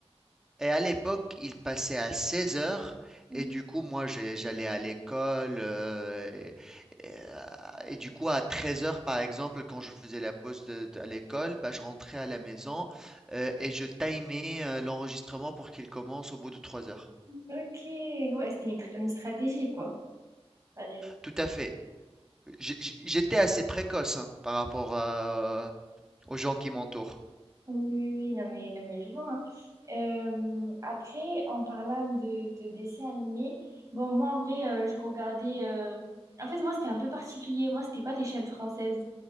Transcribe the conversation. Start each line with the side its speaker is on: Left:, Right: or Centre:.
Centre: Et à l'époque, il passait à 16 heures.
Right: Mhm.
Centre: Et du coup, moi, j'ai- j'allais à l'école. euh, et, et, euh, et du coup, à 13 heures, par exemple, quand je faisais la pause de- de- à l'école, bah, je rentrais à la maison euh, et je timais euh, l'enregistrement pour qu'il commence au bout de 3 heures.
Right: Ok, ouais, c'était une, tra- une stratégie, quoi. Fallait-
Centre: Tout à fait. J'- j'- J'étais assez précoce hein, par rapport à, aux gens qui m'entourent.
Right: Oui, oui, oui, non mais, non mais je vois. hein. Euh, après, en parlant de, de dessins animés, bon, moi en vrai, euh, je regardais. euh, En fait, moi c'était un peu particulier. Moi, c'était pas des chaînes françaises.